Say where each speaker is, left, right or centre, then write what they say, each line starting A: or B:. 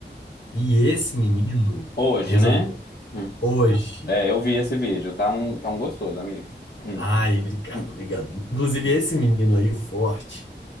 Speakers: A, on the left; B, on the left.
A: E esse menino
B: hoje,
A: resolveu
B: né? Hum.
A: hoje.
B: É, eu vi esse vídeo, tá um, tá um gostoso, amigo. Hum,
A: Ai, obrigado,
B: hum,
A: obrigado. Inclusive
B: hum.
A: esse menino aí, o forte,